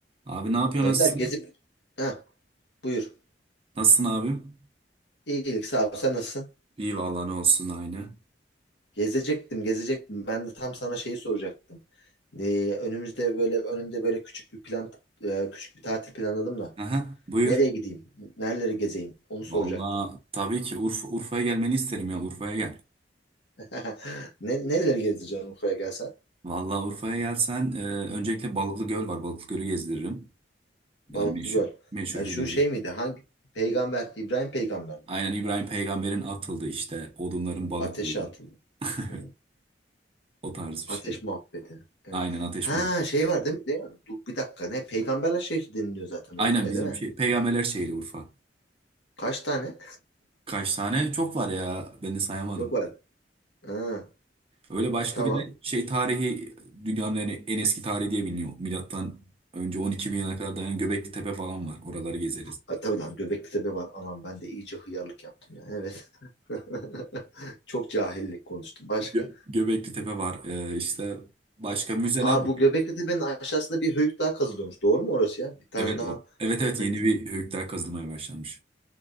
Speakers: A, on the right; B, on the left.
A: Abi ne yapıyorsun?
B: Önder
A: Nasılsın?
B: gezip ha buyur.
A: Nasılsın abim?
B: İyilik sağ ol. Sen nasılsın?
A: İyi vallahi ne olsun aynı.
B: Gezecektim, gezecektim. Ben de tam sana şeyi soracaktım. Ee, önümüzde böyle önümde böyle küçük bir plan e, küçük bir tatil planladım da.
A: Aha, buyur.
B: Nereye gideyim? Nereleri gezeyim? Onu soracaktım.
A: Vallahi tabii ki Urfa, Urfa'ya gelmeni isterim ya Urfa'ya gel.
B: <laughs> Ne, nereleri gezeceğim Urfa'ya gelsen?
A: Vallahi Urfa'ya gelsen e, öncelikle Balıklı Göl var. Balıklı Göl'ü gezdiririm.
B: Balıklı
A: Yani meşhur,
B: Göl.
A: meşhur
B: Ha, şu
A: bilindik.
B: şey miydi? Hangi peygamber? İbrahim peygamber miydi?
A: Aynen İbrahim Peygamber'in atıldı işte. Odunların balık
B: Ateşe
A: oldu.
B: atıldı.
A: <laughs>
B: Hmm.
A: O tarz bir
B: Ateş
A: şey.
B: muhabbeti. Evet.
A: Aynen ateş
B: Ha
A: muhabbeti.
B: şey var değil mi? Değil mi? Dur, bir dakika ne? Peygamberler şehri deniliyor zaten Urfa'ya
A: Aynen bizim
B: değil mi?
A: şey. Peygamberler şehri Urfa.
B: Kaç tane?
A: Kaç tane? Çok var ya. Ben de sayamadım.
B: Çok var. Ha,
A: Öyle başka
B: tamam.
A: bir de şey tarihi dünyanın en, en eski tarihi diye biliniyor. Milattan önce 12 bin yana kadar dayanan Göbekli Tepe falan var. Oraları gezeriz.
B: Ha, tabii lan Göbekli Tepe var. Anam ben de iyice hıyarlık yaptım ya. Evet. <laughs> Çok cahillik konuştum. Başka?
A: Gö- Göbekli Tepe var. Ee, işte başka müzeler
B: Aa
A: var.
B: bu Göbekli Tepe'nin aşağısında bir höyük daha kazılıyormuş. Doğru mu orası ya? Bir tane
A: Evet
B: daha
A: o. Evet
B: Göbekli
A: evet yeni bir höyükler kazılmaya başlanmış.